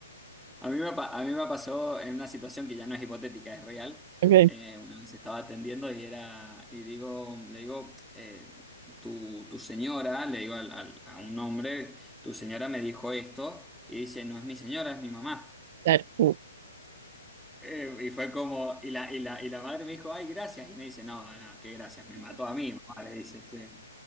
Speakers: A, in the centre; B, on the right (about 40°).
A: A mí me, pa- a mí me pasó en una situación que ya no es hipotética, es real.
B: Ok.
A: Eh, una vez estaba atendiendo y era, y digo, le digo, eh, tu, tu señora, le digo al- al- a un hombre, tu señora me dijo esto, y dice, no es mi señora, es mi mamá.
B: Claro. Uh.
A: Eh, y fue como, y la, y la, y la madre me dijo, ay, gracias. Y me dice, no, no, no, qué gracias, me mató a mí, mamá, le dice, sí.